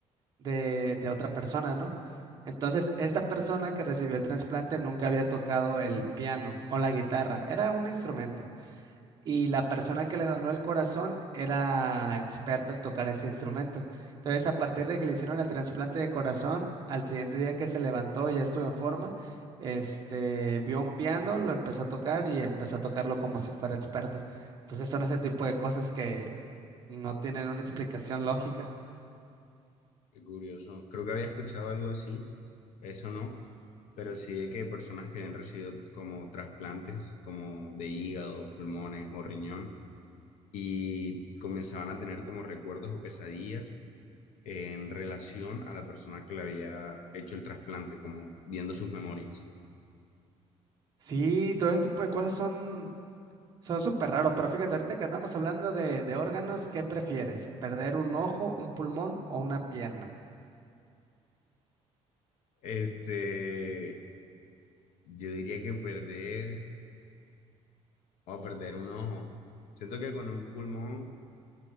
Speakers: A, on the right; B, on the left.
A: de, de otra persona, ¿no? Entonces, esta persona que recibió el trasplante nunca había tocado el piano o la guitarra, era un instrumento y la persona que le donó el corazón era experta en tocar ese instrumento. Entonces, a partir de que le hicieron el trasplante de corazón, al siguiente día que se levantó, ya estuvo en forma, este, vio un piano, lo empezó a tocar y empezó a tocarlo como si fuera experto. Entonces, son ese tipo de cosas que no tienen una explicación lógica.
B: Qué curioso. Creo que había escuchado algo así, eso no, pero sí de que personas que habían recibido como trasplantes, como de hígado, pulmones o riñón, y comenzaban a tener como recuerdos o pesadillas en relación a la persona que le había hecho el trasplante, como viendo sus memorias.
A: Sí, todo ese tipo de cosas son son súper raros, pero fíjate, ahorita que andamos hablando de, de órganos, ¿qué prefieres? ¿Perder un ojo, un pulmón o una pierna?
B: Este, yo diría que perder o perder un ojo. Siento que con un pulmón, o